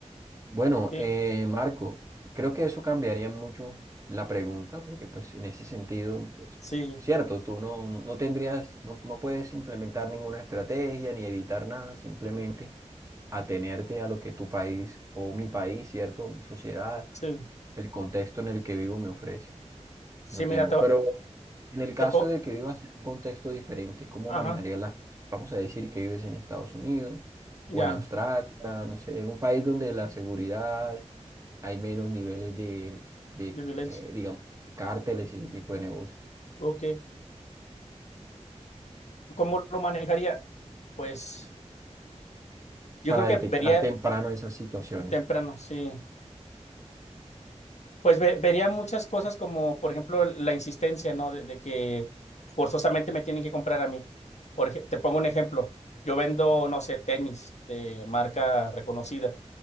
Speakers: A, on the right; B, on the left.
A: Bueno,
B: sí,
A: eh, Marco, creo que eso cambiaría mucho la pregunta, porque pues en ese sentido, pues,
B: sí,
A: cierto, tú no, no no tendrías, no, no puedes implementar ninguna estrategia ni evitar nada, simplemente atenerte a lo que tu país o mi país, cierto, o mi sociedad,
B: sí.
A: el contexto en el que vivo me ofrece.
B: Sí,
A: No tengo,
B: mira, te,
A: pero
B: va-
A: en el caso
B: te puedo,
A: de que vivas en un contexto diferente, ¿cómo
B: ajá,
A: manejarías las, cosas? vamos a decir que vives en Estados Unidos
B: ya,
A: o en Australia, no sé, en un país donde la seguridad hay menos niveles de, de
B: de violencia.
A: eh, digamos, de cárteles y ese tipo de negocios,
B: Ok. ¿Cómo lo manejaría? Pues yo
A: para
B: creo
A: detectar
B: que vería
A: temprano esas situaciones?
B: temprano, sí. Pues ve- vería muchas cosas como, por ejemplo, la insistencia, ¿no? De, de que forzosamente me tienen que comprar a mí. Por ej- te pongo un ejemplo. Yo vendo, no sé, tenis de marca reconocida